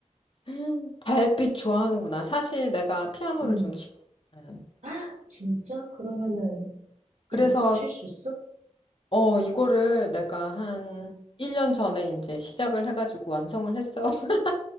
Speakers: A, on the left (about 45°); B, on the right (about 75°).
A: 음, 달빛 좋아하는구나. 사실 내가 피아노를
B: 응.
A: 좀 치거든.
B: 헉, 진짜? 그러면은
A: 그래서,
B: 이것도 칠 수 있어? <gasps>
A: 어, 이거를 내가 한 1년 전에 이제 시작을 해가지고 완성을 했어. <laughs>